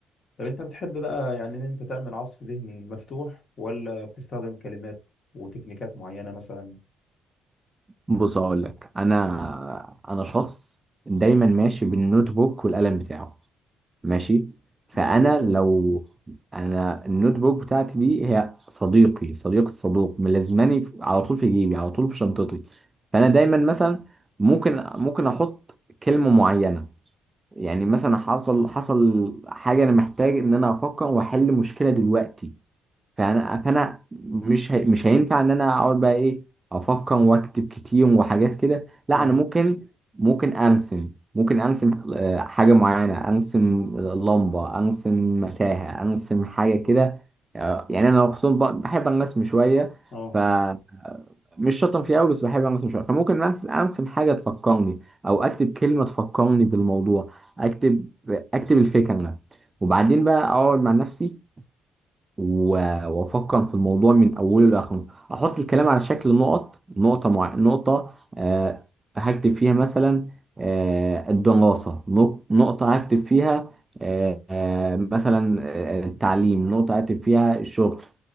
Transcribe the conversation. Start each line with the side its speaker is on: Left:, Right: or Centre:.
Left: طب انت بتحب بقى يعني ان انت تعمل عصف ذهني مفتوح ولا بتستخدم كلمات وتكنيكات معينة مثلا
Right: بص هقول لك انا انا شخص دايما ماشي بالنوت بوك والقلم بتاعه ماشي فانا
Left: جميل جدا
Right: لو انا النوت بوك بتاعتي دي هي صديقي صديق الصدوق ملازماني في- على طول في جيبي على طول في شنطتي فانا دايما مثلا ممكن ممكن احط كلمه معينه يعني مثلا حصل حصل حاجه انا محتاج ان انا افكر واحل مشكله دلوقتي فانا فانا مش هي... مش هينفع ان انا اقعد بقى ايه افكر واكتب كتير وحاجات كده لا
Left: اه
Right: انا ممكن ممكن ارسم ممكن ارسم آه، حاجه معينه ارسم لمبه ارسم متاهه ارسم حاجه كده آه، يعني انا خصوصا ب- بحب الرسم شويه
Left: اه
Right: فمش شاطر فيه قوي بس بحب الرسم شويه فممكن ارسم أرسم حاجه تفكرني او اكتب كلمه تفكرني بالموضوع اكتب اكتب الفكره وبعدين بقى اقعد مع نفسي و- وافكر في الموضوع من اوله لاخره احط الكلام على شكل نقط نقطه مع نقطه آه هكتب فيها مثلا آه الدراسه نق- نقطه هكتب فيها آه آه مثلا آه التعليم نقطه هكتب فيها الشغل